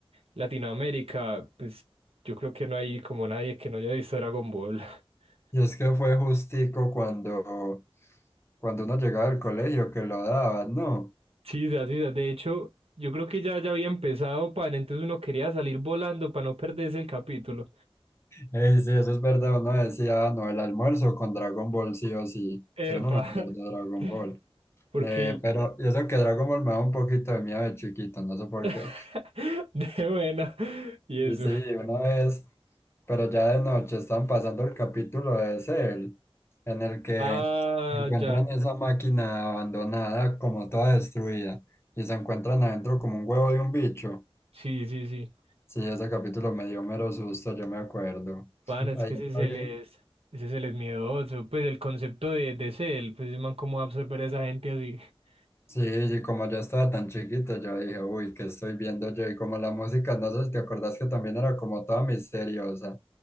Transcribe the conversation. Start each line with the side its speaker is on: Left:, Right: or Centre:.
Right: Latinoamérica, pues yo creo que no hay como nadie que no haya visto Dragon Ball. <laughs>
Left: Y es que fue justico cuando, cuando uno llegaba del colegio que lo daban, ¿no?
Right: Sí, sí, sí, de hecho, yo creo que ya, ya había empezado, pan, entonces uno quería salir volando para no perderse el capítulo.
Left: Ey, sí, eso es verdad, uno decía, "Ah, no, el almuerzo con Dragon Ball sí o sí.
Right: Epa.
Left: Yo no me acuerdo de Dragon
Right: <laughs>
Left: Ball.
Right: Porque
Left: Eh, pero y eso que Dragon Ball me da un poquito de miedo de chiquito, no sé por
Right: <laughs>
Left: qué.
Right: De buena. Y
Left: Y
Right: eso.
Left: sí, una vez, pero ya de noche están pasando el capítulo de Cell, en el que
Right: Ah,
Left: encuentran
Right: ya.
Left: esa máquina abandonada como toda destruida y se encuentran adentro como un huevo de un bicho.
Right: Sí, sí, sí.
Left: Sí, ese capítulo me dio mero susto, yo me acuerdo.
Right: Pana,
Left: <laughs>
Right: es
Left: Ahí
Right: que ese
Left: apagué.
Right: se les, ese se les miedoso. Pues el concepto de, de cel, pues man, cómo va a absorber a esa gente así. <laughs>
Left: Sí, y como yo estaba tan chiquito, yo dije, uy, ¿qué estoy viendo yo? Y como la música, no sé si te acordás que también era como toda misteriosa.